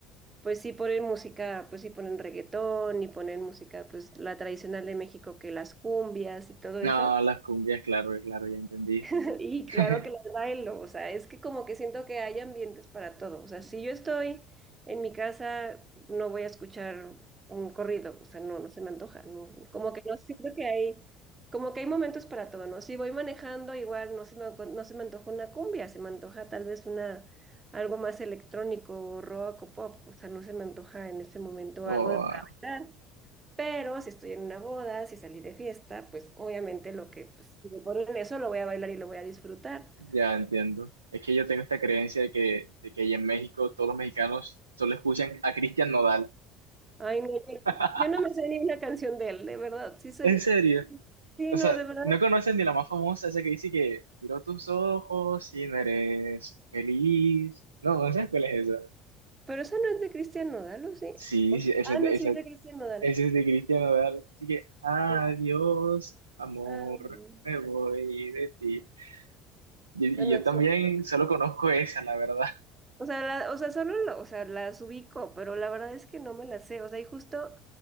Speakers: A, on the right; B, on the right.
A: pues sí ponen música, pues sí ponen reggaetón y ponen música, pues la tradicional de México, que las cumbias y todo
B: No,
A: eso.
B: las cumbias, claro, claro, ya entendí.
A: <laughs> Y claro
B: <laughs>
A: que las bailo, o sea, es que como que siento que hay ambientes para todo. O sea, si yo estoy en mi casa, no voy a escuchar un corrido, o sea, no, no se me antoja, no, como que no siento que hay, como que hay momentos para todo, ¿no? Si voy manejando, igual no se me, aco- no se me antoja una cumbia, se me antoja tal vez una, algo más electrónico, o rock o pop, o sea, no se me antoja en este momento
B: O
A: algo de para bailar. Pero si estoy en una boda, si salí de fiesta, pues obviamente lo que, pues, si me ponen eso, lo voy a bailar y lo voy a disfrutar.
B: Ya entiendo. Es que yo tengo esta creencia de que, de que allá en México todos los mexicanos solo escuchan a Cristian Nodal.
A: Ay, no, yo,
B: <laughs>
A: yo no me sé ni una canción de él, de verdad. Sí soy,
B: ¿En serio?
A: sí,
B: O
A: no,
B: sea,
A: de verdad.
B: no conoces ni la más famosa, esa que dice que miró tus ojos y no eres feliz. No, no sabes cuál es esa.
A: Pero esa no es de Cristian Nodal, ¿o sí?
B: Sí,
A: ¿O
B: sí,
A: sí?
B: esa,
A: Ah,
B: es de-
A: no,
B: esa,
A: sí es de Cristian Nodal.
B: esa es de Cristian Nodal. Así que, adiós,
A: Sí.
B: amor,
A: Ah, mm,
B: me voy de ti. Y,
A: bueno,
B: y yo también
A: sí.
B: solo conozco esa, la verdad.
A: O sea, la- o sea, solo lo- o sea, las ubico, pero la verdad es que no me las sé. O sea, y justo